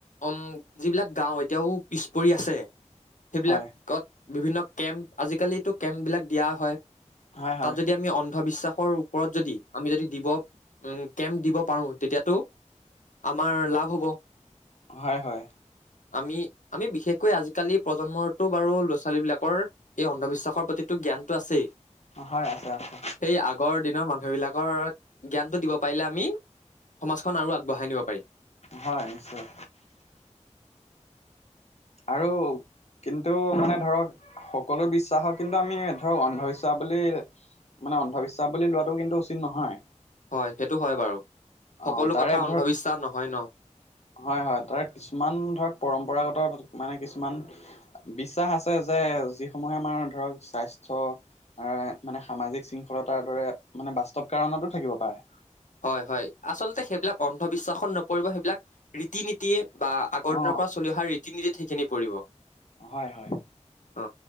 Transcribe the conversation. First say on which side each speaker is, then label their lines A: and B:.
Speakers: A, on the left (about 85°); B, on the left (about 60°).
A: উম যিবিলাক গাও এতিয়াও পিছ পৰি আছে, সেইবিলাক
B: হয়
A: কত বিভিন্ন কেম্প, আজিকালি টো কেম্প বিলাক দিয়া হয়।
B: হয়
A: তাত
B: হয়
A: যদি আমি অন্ধবিশ্বাসৰ, ওপৰত যদি আমি যদি দিব উম কেম্প দিব পাৰো, তেতিয়াতো, আমাৰ লাভ হ'ব।
B: হয়, হয়।
A: আমি, আমি বিশেষকৈ আজিকালি প্ৰজন্মৰতো বাৰু ল'ৰা ছোৱালী বিলাকৰ, এই অন্ধবিশ্বাসৰ প্ৰতিটো জ্ঞান টো আছেই।
B: হয় আছে আছে
A: সেই আগৰ দিনৰ মানুহ বিলাকৰ, জ্ঞানটো দিব পাৰিলে আমি সমাজখন আৰু আগবঢ়াই নিব পাৰি।
B: হয় নিশ্চয়। আৰু কিন্তু মানে ধৰক সকলো বিশ্বাসক কিন্তু আমি ধৰক অন্ধবিশ্বাস বুলি মানে অন্ধবিশ্বাস বুলি লোৱাটো কিন্তু উচিত নহয়।
A: হয় সেইটো হয় বাৰু
B: অ
A: সকলো
B: তাৰে
A: কথা অন্ধবিশ্বাস
B: ধৰক
A: নহয় ন।
B: হয় হয় তাৰ কিছুমান ধৰক পৰম্পৰাগত মানে কিছুমান বিশ্বাস আছে যে যিসমূহে আমাৰ ধৰক স্বাস্থ্য মানে সামাজিক শৃংখলতাৰ দৰে মানে বাস্তৱ কাৰণতো থাকিব পাৰে।
A: হয় হয় আচলতে সেইবিলাক অন্ধবিশ্বাসত নপৰিব সেইবিলাক ৰীতি নীতিয়ে বা আগৰ
B: অ
A: দিনৰ পৰা চলি অহা ৰীতি নীতিত সেইখিনি পৰিব।
B: হয় হয়।
A: অ